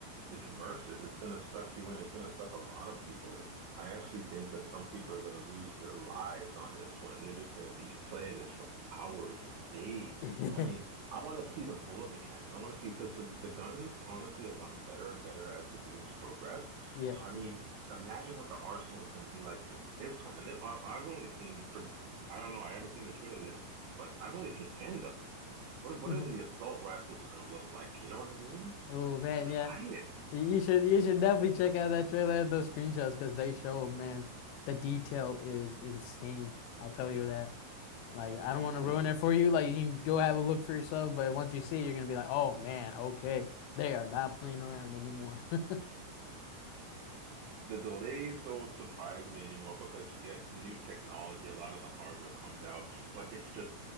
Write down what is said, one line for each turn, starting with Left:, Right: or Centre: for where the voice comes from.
Right: it's immersive. It's going to suck you in. It's going to suck a lot of people in. I actually think that some people are going to lose their lives on this one. They're just going to be playing this for hours and days.
Left: <laughs>
Right: I mean, I want to see the bullet mechanics. I want to see because the, the guns honestly have gotten better and better as the games progress.
Left: Yeah.
Right: So, I mean, imagine what the arsenal is going to be like for this one. And it, I, I've only seen for, I don't know, I haven't seen the trailer yet, but I've only seen handguns. What, what
Left: Mhm.
Right: are the assault rifles are going to look like? You know what I mean?
Left: Oh man,
Right: I'm excited.
Left: yeah. You you should you should definitely check out that trailer and those screenshots because they show, man, the detail is insane. I'll tell you that. Like, I
Right: Really?
Left: don't want to ruin it
Right: <laughs>
Left: for you. Like, you can go have a look for yourself, but once you see it, you're gonna be like, oh man, okay, they are not playing around anymore. <laughs>
Right: The delays don't surprise me anymore because you get new technology, a lot of the hardware comes out, but it's just